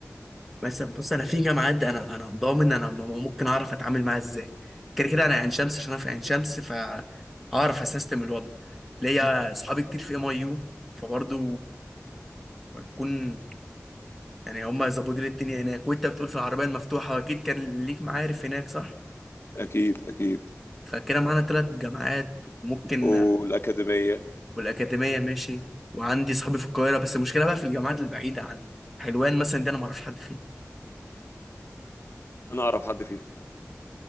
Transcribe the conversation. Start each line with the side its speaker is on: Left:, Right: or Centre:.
Centre: بس بص انا في جامعات انا انا ضامن انا م- ممكن اعرف اتعامل معاها ازاي كده كده انا عين شمس عشان انا في عين شمس فهعرف اسيستم الوضع ليا اصحابي كتير في ام اي يو فبرضه بكون يعني هما زبودين التانية هناك وانت بتقول في العربيه المفتوحه اكيد كان ليك معارف هناك صح
Left: اكيد اكيد
Centre: فكده معانا ثلاث جامعات وممكن
Left: والاكاديميه
Centre: والاكاديميه ماشي وعندي صحابي في القاهره بس المشكله بقى في الجامعات البعيده عني حلوان مثلا دي انا ما اعرفش حد فيه
Left: انا اعرف حد فيها